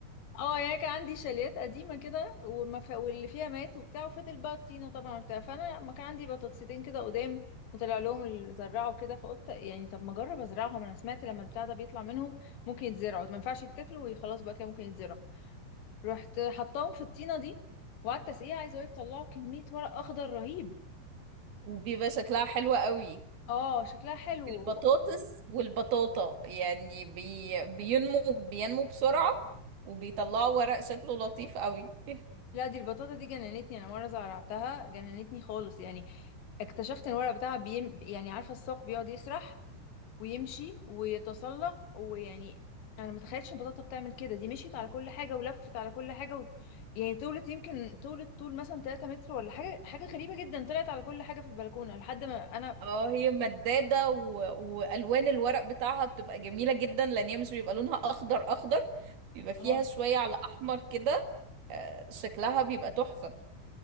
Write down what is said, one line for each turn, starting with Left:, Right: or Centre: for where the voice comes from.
Left: اه يعني كان عندي شاليات قديمة كده وما ف... واللي فيها مات وبتاع وفضل بقى الطينة طبعا وبتاع فانا ما كان عندي بطاطستين كده قدام وطلع لهم اللي زرعوا كده فقلت يعني طب ما اجرب ازرعهم انا سمعت لما البتاع ده بيطلع منهم ممكن يتزرعوا ما ينفعش يتاكلوا وخلاص بقى كده ممكن يتزرعوا رحت حطاهم في الطينه دي وقعدت اسقيها عايزه اقولك طلعوا كميه ورق اخضر رهيب
Right: وبيبقى شكلها حلو قوي
Left: اه شكلها حلو
Right: البطاطس والبطاطا يعني بي... بينمو بينمو بسرعة وبيطلعوا ورق شكله لطيف قوي <laughs>
Left: لا دي البطاطا دي جننتني انا مره زرعتها جننتني خالص يعني اكتشفت ان الورق بتاعها بيم... يعني عارفه الساق بيقعد يسرح ويمشي ويتسلق ويعني انا ما تخيلتش البطاطا بتعمل كده دي مشيت على كل حاجه ولفت على كل حاجه و... يعني طولت يمكن طولت طول مثلا 3 متر ولا حاجه حاجه غريبه جدا طلعت على كل حاجه في البلكونه لحد ما انا
Right: اه هي مدادة و... والوان الورق بتاعها بتبقى جميلة جدا لان هي مش بيبقى لونها اخضر اخضر بيبقى فيها
Left: اه
Right: شوية على احمر كده آه، شكلها بيبقى تحفة